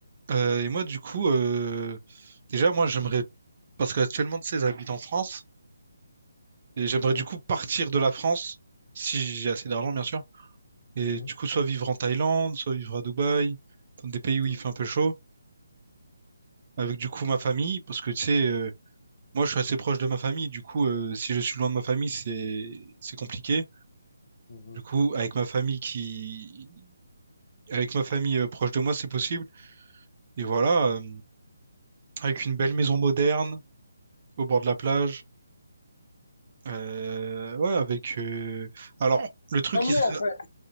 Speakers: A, on the right; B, on the left.
A: euh, et moi, du coup, euh, déjà, moi, j'aimerais, parce qu'actuellement, tu sais, j'habite en France, et j'aimerais
B: Ouais.
A: du coup partir de la France, si j'ai assez d'argent, bien sûr, et
B: Mhm.
A: du coup, soit vivre en Thaïlande, soit vivre à Dubaï, dans des pays où
B: Mhm.
A: il fait un peu chaud, avec du coup ma famille, parce que tu sais, euh, moi, je suis assez proche de ma famille, du coup, euh, si je suis loin de ma famille, c'est c'est compliqué.
B: Mhm.
A: Du coup, avec ma famille qui, avec ma famille euh, proche de moi, c'est possible. Et voilà, euh, avec une belle maison moderne au bord de la plage. Euh, ouais, avec. euh, Alors, Ouais. le truc
B: Comme
A: qui
B: moi,
A: serait.
B: en fait.